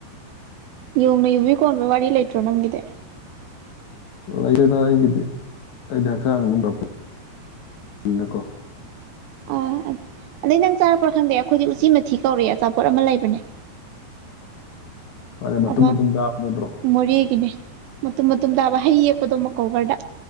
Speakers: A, on the right; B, on the left.
A: ꯌꯣꯡꯅ ꯌꯨꯕꯤ ꯀꯣꯟꯕ ꯋꯥꯔꯤ ꯂꯩꯇ꯭ꯔꯣ ꯅꯪꯒꯤꯗꯤ
B: ꯂꯩꯒꯦꯗ ꯑꯩꯒꯤꯗꯤ ꯑꯩꯗꯤ ꯍꯛꯆꯥꯡ ꯅ ꯄꯨꯔꯛꯄ ꯅꯀꯣ
A: ꯑꯥ ꯑꯗ ꯑꯗꯩ ꯅꯪ ꯆꯥꯔꯛꯄ꯭ꯔꯥ ꯈꯪꯗꯦ ꯑꯩꯈꯣꯏꯗꯤ ꯎꯆꯤ ꯃꯊꯤ ꯀꯧꯔꯛꯑꯦ ꯑꯆꯥꯄꯣꯠ ꯑꯃ ꯂꯩꯕꯅꯦ
B: <unintelligible> <inaudible> ꯐꯔꯦ ꯃꯇꯨꯝ
A: ꯑ
B: ꯃꯇꯨꯝ ꯇꯥꯕ ꯅꯠꯇ꯭ꯔꯣ
A: ꯃꯔꯤ ꯀꯅꯦ ꯃꯇꯨꯝ ꯃꯇꯨꯝ ꯇꯥꯕ ꯍꯩ ꯌꯦꯛꯄꯗꯣ ꯃꯀꯕꯔꯗ